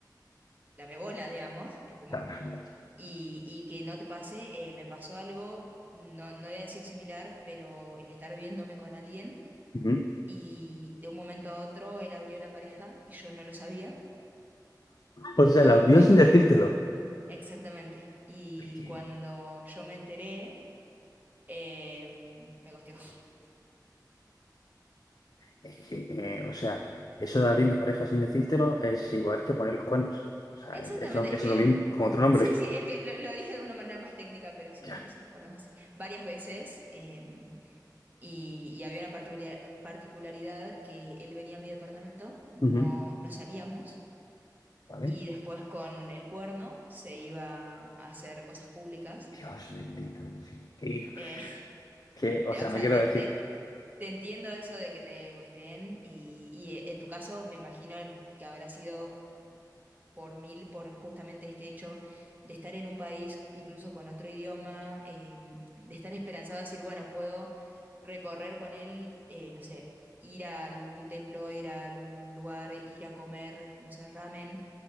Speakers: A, on the right (about 25°); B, on the left (about 60°).
A: dame bola, digamos, es como,
B: Claro.
A: y, y que no te pase, eh, me pasó algo, no, no voy a decir similar, pero el estar viéndome con alguien
B: Ujú.
A: y de un momento a otro él abrió la pareja y yo no lo sabía.
B: O sea,
A: Y
B: las vio
A: cuando,
B: sin decírtelo.
A: exactamente, y
B: Es que,
A: cuando yo me enteré, eh, me gosteó.
B: es que, eh, o sea, eso de abrir la pareja sin decírtelo es igual que poner los cuernos. O sea,
A: Exactamente,
B: es lo,
A: es
B: es
A: que,
B: lo mismo con otro nombre.
A: sí, sí,
B: <laughs>
A: es que lo, lo dije de una manera más técnica, pero sí,
B: Ya.
A: me puse los cuernos así varias veces eh, y, y había una particular- particularidad que él venía a mi departamento, no,
B: Ujú.
A: no salíamos
B: ¿Vale?
A: y después con el cuerno se iba a hacer cosas públicas
B: Dios
A: y
B: bendito.
A: bueno,
B: Qué hijo.
A: eh, <laughs>
B: Que, o
A: te-
B: sea,
A: o sea,
B: no quiero
A: te,
B: decir.
A: te- te entiendo eso de que te gosteen y, y eh, en tu caso me imagino que habrá sido por mil por justamente este hecho de estar en un país incluso con otro idioma, eh, de estar esperanzado a decir, bueno, puedo recorrer con él, eh, no sé, ir a algún templo, ir a algún lugar, ir a comer, no sé, ramen,